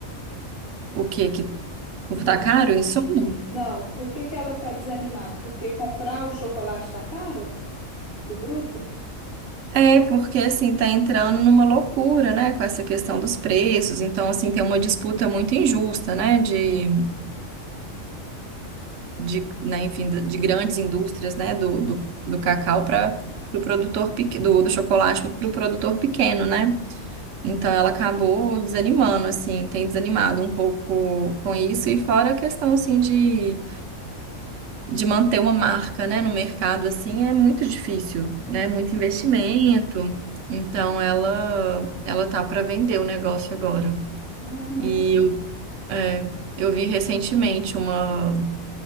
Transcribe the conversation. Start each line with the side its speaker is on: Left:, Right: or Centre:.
Right: O que que, por tá
Left: O-
Right: caro, insumo?
Left: Não, por que que ela tá desanimada? Porque comprar o chocolate tá caro? O bruto?
Right: É, porque assim, tá entrando numa loucura, né, com essa questão dos preços. Então, assim, tem uma disputa muito injusta, né, de, de né, enfim, de de grandes indústrias, né, do, do, do cacau para o produtor pequ- do, do chocolate para o produtor pequeno, né? Então, ela acabou desanimando, assim, tem desanimado um pouco com isso. E fora a questão, assim, de de manter uma marca, né, no mercado assim é muito difícil, né? Muito
Left: Uhum.
Right: investimento. Então ela ela tá para vender o negócio agora.
Left: Ah, é mesmo.
Right: E eu, é, eu vi recentemente uma